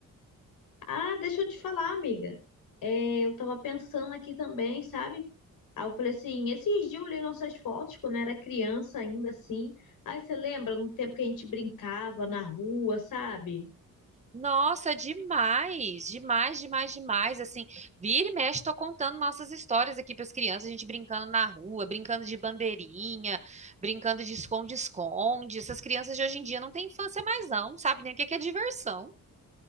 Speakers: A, on the left; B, on the right.
A: Ah, deixa eu te falar, amiga. É, eu tava pensando aqui também, sabe? Aí eu falei assim, esses dias eu olhei nossas fotos quando era criança ainda assim. Aí você lembra no tempo que a gente brincava na rua, sabe?
B: Nossa, demais, demais, demais, demais. Assim, vira e mexe, tô contando nossas histórias aqui para as crianças, a gente brincando na rua, brincando de bandeirinha, brincando de esconde-esconde. Essas crianças de hoje em dia não têm infância mais, não, não sabe nem o que que é diversão.